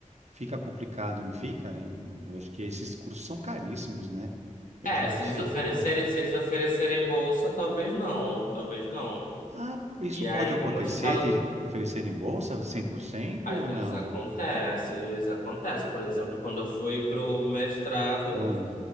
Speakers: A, on the right; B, on the left.
A: fica complicado, não fica? E Eu acho que esses cursos são caríssimos, né? Eu
B: é,
A: tenho
B: se
A: observado.
B: eles oferecerem, se eles oferecerem bolsa, talvez não, talvez não.
A: Ah, isso
B: E
A: pode
B: aí,
A: acontecer
B: como eu te falo,
A: de oferecer em bolsa 100%
B: às
A: ou
B: vezes
A: não?
B: acontece, às vezes acontece. Por exemplo, quando eu fui pro mestrado
A: Ah,